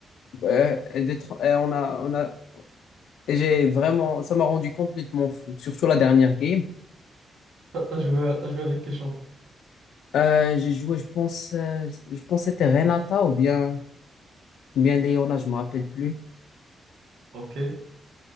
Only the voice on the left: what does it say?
euh, d'être- euh, on a, on a, et j'ai vraiment, ça m'a rendu complètement fou. Surtout la dernière game.
Euh, j'ai joué, je pense, euh, je pense que c'était Renata ou bien, ou bien Leona, je me rappelle plus.